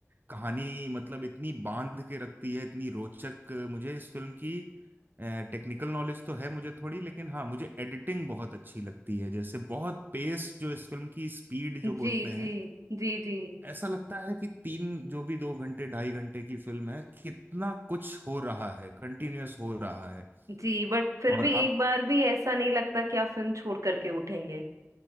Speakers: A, on the right; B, on the right.
A: कहानी मतलब इतनी बांध के रखती है इतनी रोचक मुझे इस फिल्म की टेक्निकल नॉलेज तो है मुझे थोड़ी लेकिन हाँ मुझे एडिटिंग बहुत अच्छी लगती है जैसे बहुत पेस जो इस फिल्म की स्पीड जो बोलते
B: जी
A: हैं
B: जी जी जी
A: ऐसा लगता है कि तीन जो भी दो घंटे ढाई घंटे की फिल्म है कितना कुछ हो रहा है कंटिन्यूअस हो रहा है
B: जी बट फिर
A: और
B: भी
A: आप
B: एक बार भी ऐसा नहीं लगता कि आप फिल्म छोड़ करके उठेंगे